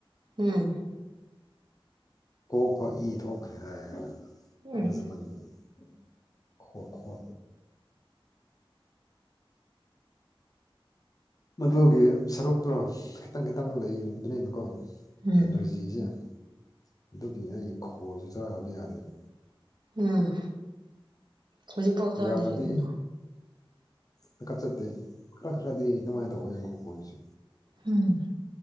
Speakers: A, on the right; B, on the left.
A: ꯎꯝ
B: ꯀꯣꯛꯈ ꯏ ꯊꯣꯛꯈ꯭ꯔꯦ ꯍꯥꯏ
A: ꯎꯝ
B: ꯈꯖꯃꯟꯕꯗꯨꯅꯤ ꯍꯣ ꯊ ꯍ ꯃꯗꯨꯒꯤ ꯁꯔꯨꯛꯇꯣ ꯈꯤꯇꯪ ꯈꯤꯇꯪ ꯂꯩꯕꯅꯤꯅꯀꯣꯔꯤꯁ
A: ꯎꯝ
B: ꯖꯤꯁꯦ ꯑꯗꯨꯒꯤ ꯑꯩ ꯈꯜꯁꯨ ꯆꯥꯛꯑꯕ ꯌꯥꯗꯦꯕ
A: ꯎꯝ ꯍꯧꯖꯤꯛꯐꯥꯎ ꯆꯥꯗꯔꯦ
B: ꯌꯥꯖꯥꯃꯗꯤ
A: ꯀꯩꯅꯣ
B: ꯀꯀꯠ ꯆꯠꯇꯦ ꯈꯔ ꯈꯔꯗꯤ ꯑꯗꯨꯃꯥꯏꯅ ꯇꯧꯋꯦꯕ ꯈꯣꯁꯦ
A: ꯎꯝ